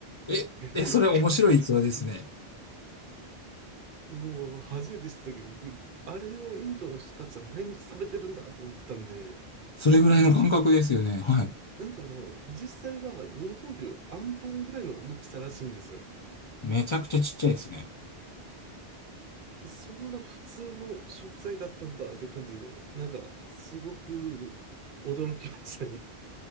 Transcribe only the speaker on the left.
え、
え、それ面白い逸話ですね。
それぐらいの感覚ですよね。はい。
めちゃくちゃちっちゃいですね。